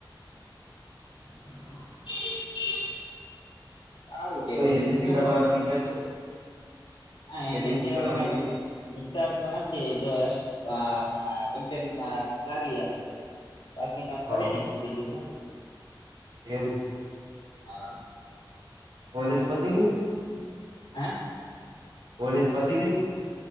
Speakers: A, on the left; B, on the right.
A: <inaudible> સારું કેવાય
B: તો
A: બીજું
B: એબસી
A: હું
B: કરવાનો
A: પગ
B: વિચાર છે?
A: હા એમ
B: એમએસસી
A: એસ સી નો
B: કરવાનું
A: તો કાઇ વિ વિચારતો નથી જો આ માં ઈન્ટરવ્યુ લાગીયા તો. બાકીને ફરિ
B: હા
A: મેક્શું બીજું શું.
B: એવુ?
A: હા.
B: કોલેજ પતિ ગ્યું?
A: હા?
B: પોલીસ પતી ગયું?